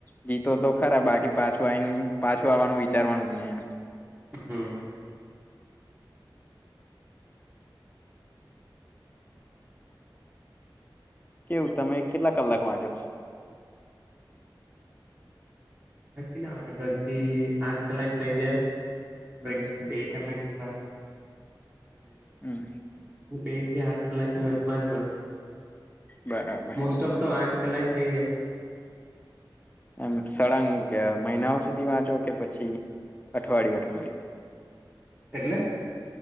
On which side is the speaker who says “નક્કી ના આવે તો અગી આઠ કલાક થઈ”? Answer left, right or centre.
Right